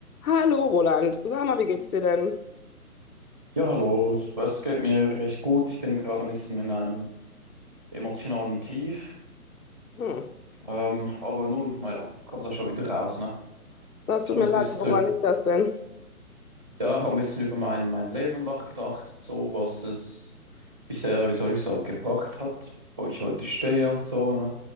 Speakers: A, on the left; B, in the centre.
A: Hallo Roland, sag mal, wie geht's dir denn?
B: Ja, hallo, es geht mir recht gut. Ich bin gerade ein bisschen in einem emotionalen Tief.
A: Hm,
B: Ähm, aber nun, naja, kommt da schon wieder raus, ne?
A: das
B: Ich
A: tut
B: habe
A: mir
B: ein bisschen
A: leid, woran
B: drüber,
A: liegt das denn?
B: ja, hab ein bisschen über mein, mein Leben nachgedacht und so, was es bisher, wie soll ich sagen, gebracht hat, wo ich heute stehe und so, ne?